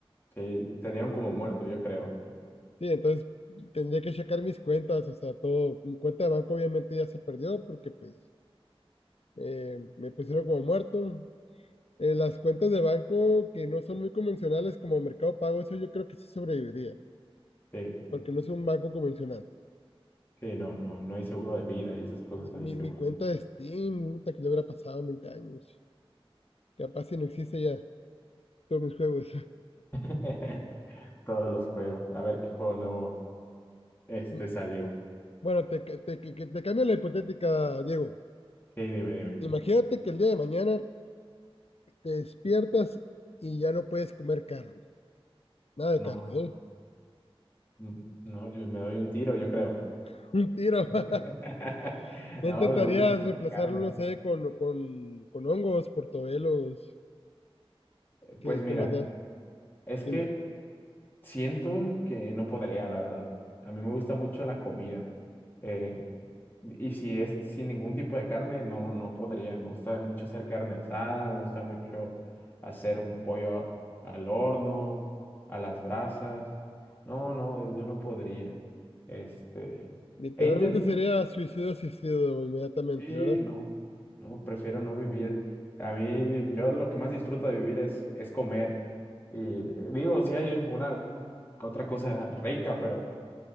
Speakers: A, on the left; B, on the left.
A: Sí, te dieron como muerto, yo creo.
B: Sí, entonces tendría que checar mis cuentas, o sea, todo, mi cuenta de banco obviamente ya se perdió porque pues eh, me pusieron como muerto. Eh, las cuentas de banco que no son muy convencionales como Mercado Pago, eso yo creo que sí sobreviviría,
A: Sí,
B: porque no es un banco convencional.
A: sí, no, no, no hay seguro de vida y esas cosas
B: Eh,
A: ahí,
B: Mi,
A: según
B: mi cuenta
A: yo.
B: de Steam, puta, que le habrá pasado 20 años, capaz si no existe ya todos mis juegos.
A: <laughs> Todos los juegos. A ver qué juego nuevo este
B: <laughs>
A: salió.
B: Bueno, te, ca- te, que- que- te cambio la hipotética, Diego.
A: Sí, dime, dime.
B: Imagínate que el día de mañana te despiertas y ya no puedes comer carne. Nada de
A: No,
B: carne, ¿eh?
A: mm, no, yo me doy un tiro, yo creo.
B: <laughs> Un tiro.
A: <laughs>
B: <laughs> No
A: No,
B: intentarías
A: me gusta mucho
B: reemplazarlo,
A: la carne.
B: no sé, con, con, con hongos, portobelos. ¿Qué,
A: Pues mira,
B: qué más da?
A: es
B: Dime.
A: que Siento que no podría, la verdad. A mí me gusta mucho la comida. Eh, y si es sin ningún tipo de carne, no, no podría. Me gusta mucho hacer carne asada, me gusta mucho hacer un pollo al horno, a las brasas. No, no, eh, yo no podría. Este,
B: Literalmente
A: he intentado,
B: sería suicidio, suicidio inmediatamente,
A: sí,
B: ¿verdad?
A: no, no, prefiero no vivir. A mí, yo lo que más disfruto de vivir es, es comer. Y eh, digo, si hay una otra cosa rica, pero